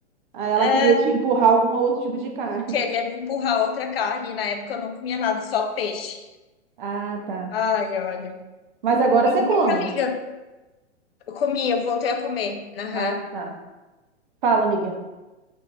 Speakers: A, on the right; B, on the left.
A: Aí ela
B: É,
A: queria te empurrar algum outro tipo de carne.
B: queria me empurrar outra carne. E na época eu não comia nada, só peixe.
A: Ah, tá.
B: Ai, olha.
A: Mas agora
B: E-
A: você
B: mas,
A: come.
B: amiga, eu comi, eu voltei a comer. Aham.
A: Ah, tá. Fala, amiga.